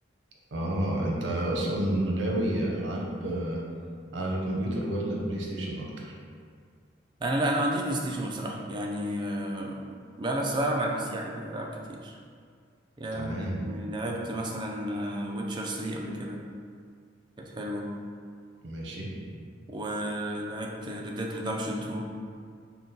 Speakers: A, on the right; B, on the right.
A: اه انت اصلا غاوي العاب آه، على الكمبيوتر ولا البلاي ستيشن اكتر
B: انا لا انا ما عنديش بلاي ستيشن بصراحة يعني آه، بلعب بلعب على البي سي عادي العب كتير يعني
A: تمام
B: لعبت مثلا ويتشر 3 قبل كده كانت حلوة
A: ماشي
B: ولعبت Red Dead Redemption 2